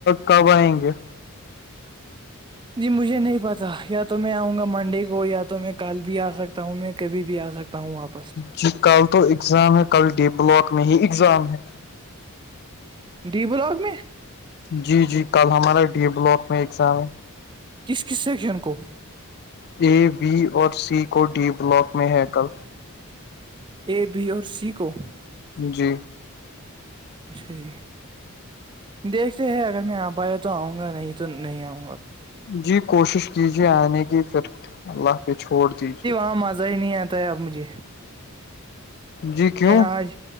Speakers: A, on the left; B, on the right.
A: کب آئیں گے
B: جی مجھے نہیں پتا یا تو میں آؤں گا منڈے کو یا تو میں کل بھی آ سکتا ہوں میں کبھی بھی آ سکتا ہوں آپ
A: جی کل تو ایگزام ہے کل ڈی بلاک میں ہی اگزام ہے
B: ڈی بلاک میں
A: جی جی کل ہمارا ڈی بلاک میں ایگزام
B: کس کس سے کن کو
A: اے بی اور سی کو ڈی بلاک میں ہے کل
B: اے بی اور سی کو
A: جی
B: اچھا جی دیکھتے ہے اگر میں آ پایا تو آؤں گا نہیں تو نہیں آؤںا
A: جی کوشش کیجیے آنے کی پھر اللہ پہ چھوڑ دیجے
B: کا مزہ ہی نہیں ہے ت مجھے
A: جی کیوں
B: میں آج